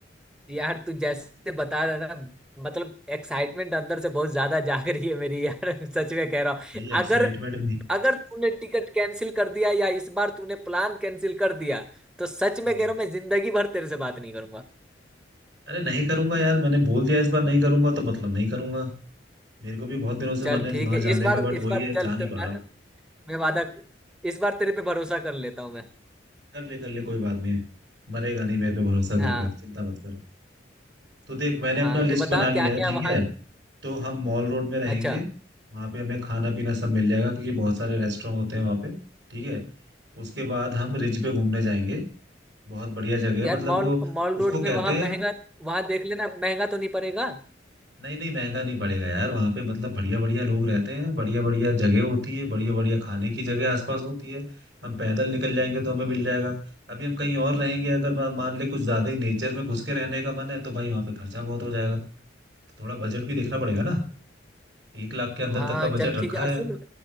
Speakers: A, in the centre; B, on the right.
A: यार तू जैसे बता रहा है ना मतलब एक्साइटमेंट अंदर से बहुत ज्यादा जाग रही है मेरी यार <laughs> सच में कह रहा
B: नहीं
A: हूँ
B: एक्साइटमेंट
A: अगर अगर तूने टिकट कैंसिल कर दिया या इस बार तूने प्लान कैंसिल कर दिया तो सच में
B: हम्म।
A: कह रहा हूँ मैं जिंदगी भर तेरे से बात नहीं करूंगा
B: अरे नहीं करूंगा यार मैंने बोल दिया इस बार नहीं करूंगा तो मतलब नहीं करूंगा मेरे को भी बहुत दिनों से
A: चल
B: मन है
A: ठीक
B: वहां
A: है
B: जाने
A: इस बार
B: का बट
A: इस
B: वही
A: बार
B: है जा
A: चल
B: नहीं
A: तो
B: पा
A: मैं,
B: रहा हूँ
A: मैं वादा इस बार तेरे पे भरोसा कर लेता हूँ मैं
B: कर ले कर ले कोई बात नहीं मरेगा नहीं मेरे पे भरोसा कर
A: हाँ
B: पे चिंता मत कर तो देख मैंने
A: हाँ
B: अपना लिस्ट
A: तो बता
B: बना लिया
A: क्या
B: है
A: क्या
B: ठीक
A: वहाँ
B: है तो हम मॉल रोड में रहेंगे
A: अच्छा
B: वहां पे हमें खाना पीना सब मिल जाएगा क्योंकि बहुत सारे रेस्टोरेंट होते हैं वहां पे ठीक है उसके बाद हम रिज पे घूमने जाएंगे बहुत बढ़िया जगह है
A: यार
B: मतलब
A: मॉल
B: वो
A: मॉल
B: उसको
A: रोड
B: कहते
A: में वहाँ
B: हैं
A: महंगा वहाँ देख लेना महंगा तो नहीं पड़ेगा
B: नहीं नहीं महंगा नहीं पड़ेगा यार वहां पे मतलब बढ़िया बढ़िया लोग रहते हैं बढ़िया बढ़िया जगह होती है बढ़िया बढ़िया खाने की जगह आसपास होती है हम पैदल निकल जाएंगे तो हमें मिल जाएगा अभी हम कहीं और रहेंगे अगर मा- मान ले कुछ ज्यादा ही नेचर में घुस के रहने का मन है तो भाई वहां पे खर्चा बहुत हो जाएगा तो थोड़ा बजट भी देखना पड़ेगा ना एक लाख के अंदर
A: हाँ
B: तक का बजट
A: चल
B: रखा
A: ठीक है और सुन
B: है